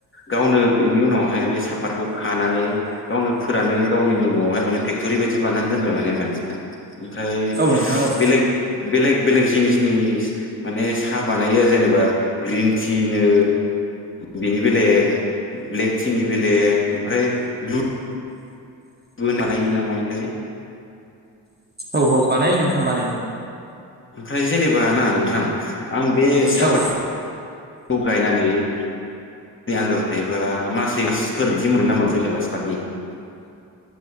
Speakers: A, on the left; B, on the right.
A: गावनो बेनि उनावहाय बे साफातखौ खानानै गावनो फोरानो गावनिनो नआवहाय माने फे फेक्टरि बायदि बानानै दोनबाय माने मानसिया ओमफ्राय
B: औ नोंथां औ
A: बेलेग बेलेग बेलेग जिनिसनि माने साहा बानायो आरो जेनेबा ग्रिन टिनो बिनि बेलेग ब्लेक टिनि बेलेग ओमफ्राय ब्लु बो ना <unintelligible> मायोथाय?
B: औ औ बानायो नोंथां बानायो।
A: ओमफ्राय जेनेबा ना नोंथां आं बे साहापातखौ
B: औ
A: खौ गायनानै नि आनन्दाराव थायोब्ला मासै मासफोर जि मोनगोन नामोना जेनेबा सापातनि